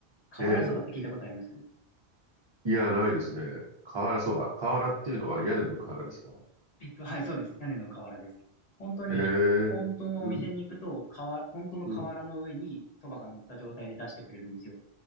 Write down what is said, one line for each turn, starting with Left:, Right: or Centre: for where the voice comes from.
Left: 瓦そばって聞いたことあります
Right: ええ、いや、ないですね。瓦そば。瓦っていうのは屋根の瓦ですか
Left: えっと、はい、そうです。屋根の瓦です。本当に、
Right: ええ、
Left: 本当のお店に行くと、
Right: うん、
Left: 瓦、本当の瓦の上にそばが乗った状態で出してくれるんですよ。
Right: うん。